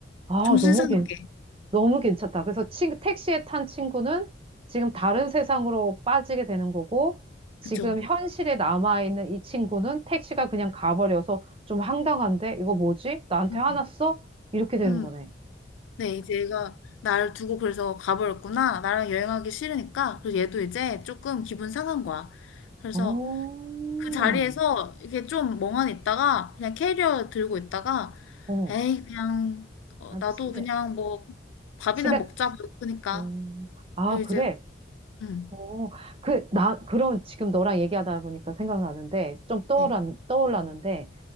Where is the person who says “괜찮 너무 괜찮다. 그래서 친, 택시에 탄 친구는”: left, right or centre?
Right